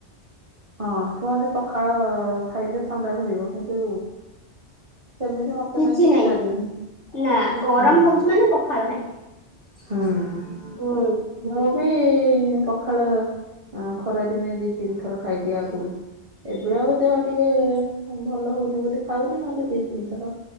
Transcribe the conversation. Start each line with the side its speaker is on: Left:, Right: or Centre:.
Right: ହଁ, କୁହନ୍ତି ପଖାଳ ଖାଇଲେ ଥଣ୍ଡା ଧରିବ। କିନ୍ତୁ, ସେମିତି ମତେ
Left: କିଛି
Right: କାହିଁ
Left: ନାଇଁ।
Right: ଲାଗେନି
Left: ନା, ଗରମ
Right: ହଁ
Left: ହଉଛି ମାନେ ପଖାଳ ଭାଇ
Right: ହୁଁ
Left: ହୁଁ
Right: ମୁଁ ବି ପଖାଳ ଖରା ଦିନେ ଦି, ତିନିଥର ଖାଇଦିଏ ଆଗରୁ। ଏବେଳି ଆଉ ଦେହ ଟିକେ ଭଲ ହଉନି ବୋଲି ଖାଉନି। ନହେଲେ ଦି, ତିନିଥର।